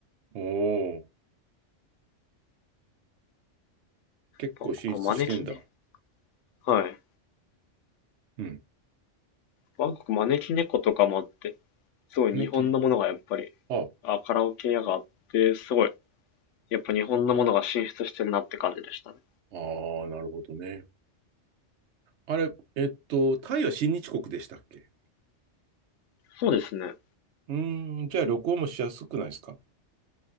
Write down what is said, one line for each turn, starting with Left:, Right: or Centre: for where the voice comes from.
Right: おー、結構進出してんだ。
Left: バンコクは招きね。はい。
Right: うん。
Left: バンコク招き猫とかもあって、すごい日本のものがやっぱり、
Right: ね、け、あ、
Left: あ、カラオケ屋があって、すごい、やっぱ日本のものが進出してるなって感じでしたね。
Right: ああ、なるほどね。あれ、えっと、タイは親日国でしたっけ
Left: そうですね。
Right: うーん、じゃあ旅行もしやすくないですか